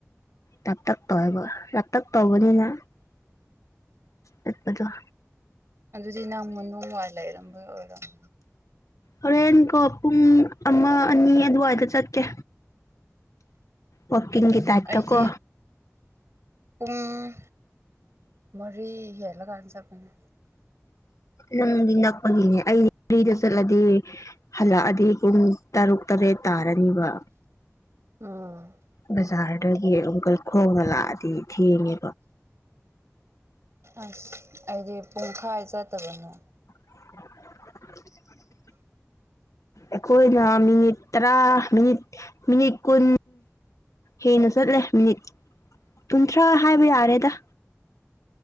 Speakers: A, on the left (about 80°); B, on the right (about 60°).
A: ꯂꯥꯞꯇꯛ ꯇꯧꯋꯦꯕ ꯂꯥꯞꯇꯛ ꯇꯧꯕꯅꯤꯅ ꯑ ꯑꯗꯨꯣ
B: ꯑꯗꯨꯗꯤ ꯅꯪ ꯃꯅꯨꯡ ꯋꯥꯏ ꯂꯩꯔꯝꯕ ꯑꯣꯏꯔꯝꯣ
A: ꯍꯣꯔꯦꯟꯀꯣ ꯄꯨꯡ ꯑꯃ ꯑꯅꯤ ꯑꯗꯨꯋꯥꯏꯗ ꯆꯠꯀꯦ ꯋꯥꯛꯀꯤꯡꯒꯤ ꯇꯥꯏꯞꯇꯀꯣ
B: ꯑꯩꯗꯤ ꯄꯨꯡ ꯃꯔꯤ ꯍꯦꯂ ꯀꯥꯟ ꯆꯠꯄꯅꯦ
A: ꯅꯪꯗꯤ ꯅꯛꯄꯒꯤꯅꯦ ꯑꯩꯗꯤ ꯔꯤꯗ ꯆꯠꯂꯗꯤ ꯍꯜꯂꯛꯑꯗꯤ ꯄꯨꯡ ꯇꯔꯨꯛ ꯇꯔꯦꯠ ꯇꯥꯔꯅꯤꯕ
B: ꯎꯝ
A: ꯕꯖꯥꯔꯗꯒꯤ ꯑꯃꯨꯀ ꯈꯣꯡꯅ ꯂꯥꯛꯑꯗꯤ ꯊꯦꯡꯉꯦꯕ
B: ꯑꯁ ꯑꯩꯗꯤ ꯄꯨꯡꯈꯥꯏ ꯆꯠꯇꯕꯅꯣ
A: <inaudible> ꯑꯩꯈꯣꯏꯅ ꯃꯤꯅꯤꯠ ꯇꯔꯥ ꯃꯤꯅꯤꯠ ꯃꯤꯅꯤꯠ ꯀꯨꯟ ꯍꯦꯟꯅ ꯆꯠꯂꯦ ꯃꯤꯅꯤꯠ ꯀꯨꯟꯊ꯭ꯔꯥ ꯍꯥꯏꯕ ꯌꯥꯔꯦꯗ